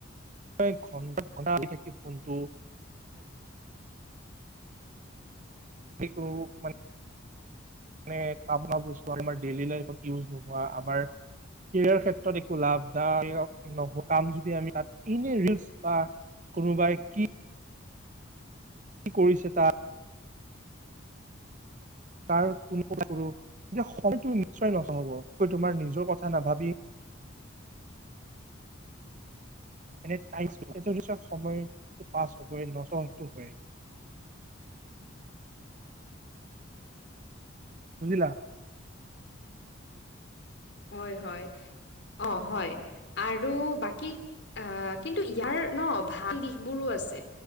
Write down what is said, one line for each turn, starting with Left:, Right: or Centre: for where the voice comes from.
Right: <unintelligible> ঘণ্টা ঘণ্টা বহি থাকি ফোনটো সেইটো মানে মানে কাপ ন বচোৱা আমাৰ ডেইলি লাইফত ইউজ নোহোৱা আমাৰ কেৰিয়াৰ ক্ষেত্ৰত একো লাভদায়ক নহ কাম যদি আমি তাত এনে ৰিলচ বা কোনোবাই কি কি কৰিছে তাৰ
Left: <unintelligible> <inaudible>
Right: ত কোন কোন পো <unintelligible> এতিয়া সেইটো <unintelligible> নিশ্চয় নথব তোমাৰ নিজৰ কথা নাভাবি
Left: <inaudible>
Right: এনে তাই সময় পাছ হবই নজটো হয় <unintelligible>
Left: <inaudible>
Right: বুজিলা
Left: হয় হয় অ হয় আৰু বাকী অ কিন্তু ইয়াৰ ন ভাল দিশবোৰো আছে